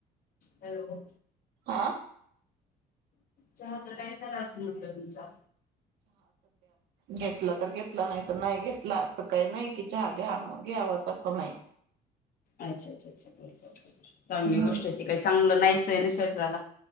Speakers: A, on the left (about 60°); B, on the right (about 75°).
A: हॅलो
B: आा
A: चहाचा काय त्रास म्हटलं तुमचा
B: घेतलं तर घेतला नाही तर नाही घेतला असं काही नाही कि चहा घ्या मग घ्यावाच असं नाही. ह
A: अच्छा अच्छा अच्छा बरो चांगली
B: हम्म
A: गोष्ट आहे त काही चांगलं नाहीचंय ना शरीराला